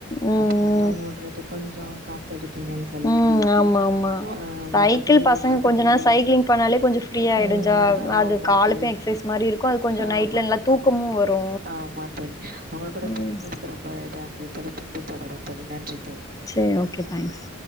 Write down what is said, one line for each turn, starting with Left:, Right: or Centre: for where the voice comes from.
Left: ம்
Right: அப்ப மட்டு
Left: ம்
Right: விட்றது கொஞ்சோ காத்தடி இல்லன் சொல்லிட்டு
Left: ம் ஆமா ஆமா
Right: ஆஹ்
Left: சைக்கிள்
Right: மத்தபடி
Left: பசங்க
Right: விட்றதில்ல
Left: கொஞ்ச நேரோ
Right: தோழி
Left: சைக்கிளிங் பண்ணாலே கொஞ்சோ ஃப்ரீ ஆயிடு
Right: உம்
Left: ஜா
Right: ஆமாங்
Left: அது காலுக்கு
Right: தோழி
Left: எக்சைஸ் மாரி இருக்கு அது கொஞ்சோ
Right: ஆமா
Left: நைட்ல நல்லா தூக்கமு வரு
Right: ஆமாங் தோழி ஒங்க கூட
Left: ம்
Right: பேசுனதுக்கு ரொம்ப இதா இருந்து தொழைப்பின்றி தொடருவோ தோழி நன்றி
Left: சேரி ஓகே தேங்க்ஸ்